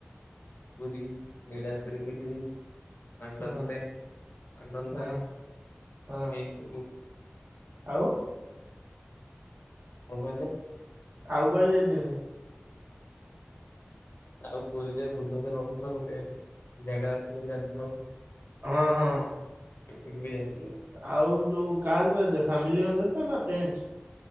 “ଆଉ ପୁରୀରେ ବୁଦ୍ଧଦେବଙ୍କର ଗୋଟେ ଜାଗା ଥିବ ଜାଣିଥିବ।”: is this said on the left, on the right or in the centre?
Left